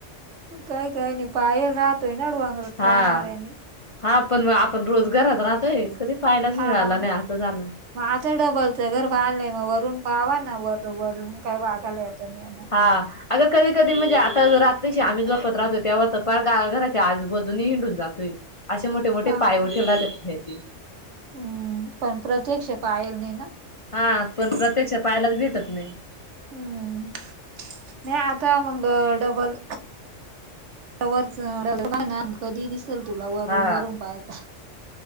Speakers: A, on the right (about 70°); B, on the left (about 45°).
A: काही काय नाही बाहेर राहतोय नाड वांगरात
B: हा
A: राहणार्या आणि
B: हा पण आपण रोजगारात राहतोय कधी पाहायलाच मिळाला
A: हा.
B: नाही असं झालं.
A: मग आता डबलच घर पालंय मग वरून पावा ना वर वरून काय वागाला आता नाही येणार.
B: हा. अग कधी कधी म्हणजे आता रात्री श आ्ही जपत राहतो. तेव्हा तर फार गा घराच्या आजूबाजून हिंडून जातोय असे मोठे मोठे
A: हा
B: पाय वटील राहतात त्याचे
A: हम्म पण प्रत्यक्ष पाळेल नाही ना.
B: हा पण प्रत्यक्ष पायलाच भेटत नाही.
A: हम्म नाही आता मग डबल. रच कधी दिसेल तुला वरून
B: हा
A: वरून पाहाच.